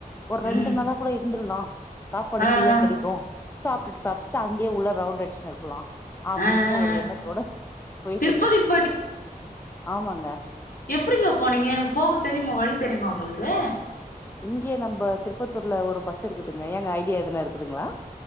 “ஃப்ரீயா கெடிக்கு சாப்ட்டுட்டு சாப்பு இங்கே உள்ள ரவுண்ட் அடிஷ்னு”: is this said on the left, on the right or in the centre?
Left